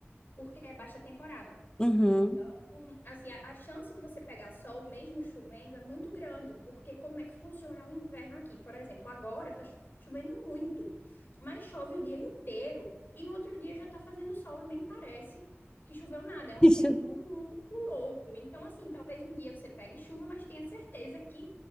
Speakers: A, on the left; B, on the left.
A: porque é baixa temporada.
B: uhum.
A: Então, assim, a, a chance de você pegar sol mesmo chovendo é muito grande, porque como é que funciona o inverno aqui? Por exemplo, agora tá chovendo muito, mas chove o dia inteiro e no outro dia já tá fazendo sol e nem parece que choveu nada.
B: <laughs>
A: É um
B: Deixa
A: tempo
B: eu ver.
A: muito louco. Então, assim, talvez um dia você pegue chuva, mas tenha certeza que